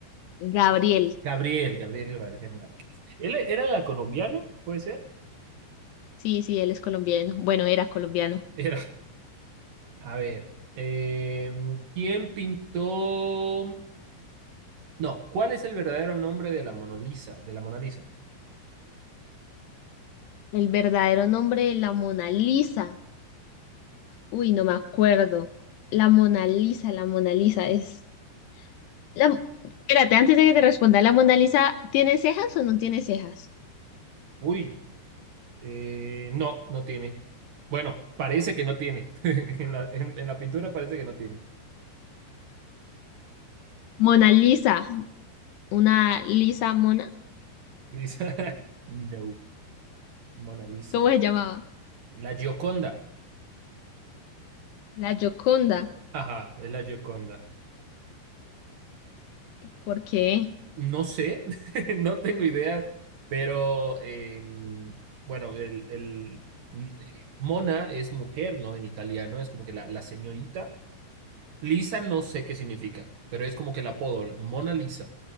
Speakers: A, on the left; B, on the right.
A: Gabriel.
B: Gabriel, Gabriel García Márquez. ¿Él era la colombiano? ¿Puede ser?
A: Sí, sí, él es colombiano. Bueno, era colombiano.
B: <laughs> Era. A ver. eh, ¿quién pintó? No, ¿cuál es el verdadero nombre de la Mona Lisa? De la Mona Lisa.
A: El verdadero nombre de la Mona Lisa. Uy, no me acuerdo. La Mona Lisa, la Mona Lisa es La- espérate, antes de que te responda, ¿la Mona Lisa tiene cejas o no tiene cejas?
B: Uy, eh, no, no tiene. Bueno, parece que no tiene. <laughs> En la, en- en la pintura parece que no tiene.
A: Mona Lisa, una Lisa mona,
B: Lisa. <laughs> No, Mona Lisa.
A: ¿cómo
B: La,
A: se llamaba?
B: la Gioconda.
A: La Gioconda,
B: Ajá, es la Gioconda.
A: ¿por qué?
B: No sé, <laughs> no tengo idea, pero em, bueno, el, el- mm, eh, Mona es mujer, ¿no? En italiano es como que la, la señorita. Lisa no sé qué significa, pero es como que el apodo, Mona Lisa.